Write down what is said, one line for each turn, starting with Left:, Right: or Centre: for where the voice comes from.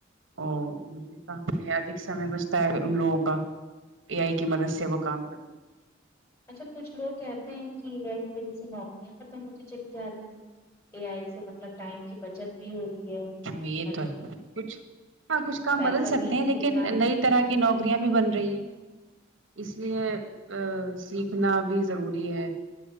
Right: اور دوسرے کام میں آدک سمے بچتا ہے ان لوگوں کا اے آئی کی مدد سے وہ کام کرتی ہیں
Left: اچھا کچھ لوگ کہتے ہیں کی اے ای کی وجہ سے نوکریاں ختم ہوتی چلی جا رہی ہیں اے آئی سے مطلب ٹائم کی بچت بھی ہو رہی ہے اور
Right: ہاں یہ تو
Left: جو
Right: ہے کچھ ہاں کچھ کام
Left: پیسہ
Right: بدل سکتے
Left: بھی
Right: ہیں لیکن
Left: اتنا
Right: نئی اسطرح کی نوکریاں بھی بن رہی ہیں اس لیے آ سیکھنا بھی ضروری ہے